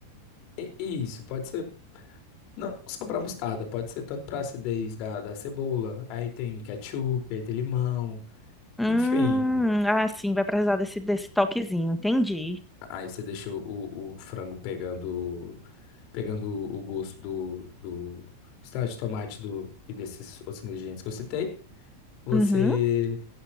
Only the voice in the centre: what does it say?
Hum,
ah, sim, vai precisar desse, desse toquezinho. Entendi.
uhum,